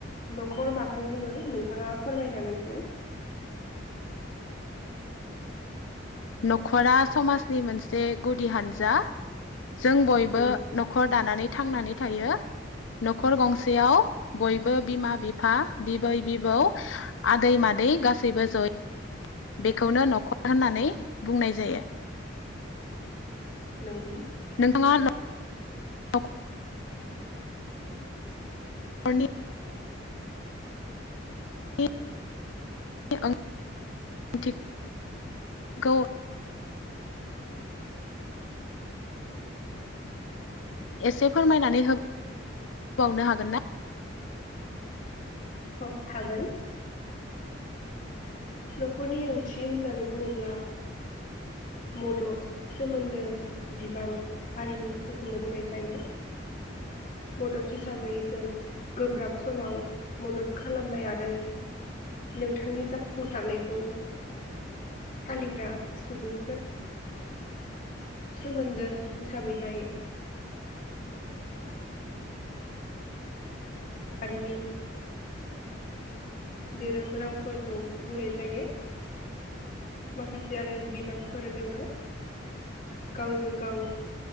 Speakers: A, on the left; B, on the left.
A: न'खर माखौ बुङो? नोंथाङा फोरमायनानै हो
B: न'खरा समाजनि मोनसे गुदि हानजा जों बयबो
A: उम
B: न'खर दानानै थांनानै थायो न'खर गंसेयाव बयबो बिमा बिफा बिबै बिबौ आदै मादै गासैबो जयै बेखौनो न'खर होननानै बुंनाय जायो।
A: नंगौ।
B: नोंथाङा <unintelligible> न'नि। <unintelligible> खौ <unintelligible> एसे फोरमायनानै होबावनो हागोन ना?
A: औ हागोन। न'खरनि ओंथि होननानै बुङोब्ला। मदद सोमोनदो बिबान हारिमुफोरखौनो बुंनाय जायो मदद हिसाबै जों गोब्राब समाव मदद खालामनाय आरो नोंथांनि जाफुंसारनायखौ फालिग्रा सुबुं सोमोनदो हिसाबैहाय जारिमिन दोरों रावफोरखौ बुंनाय जायो माखासे आरो बिबानफोर दोङो गावजों गाव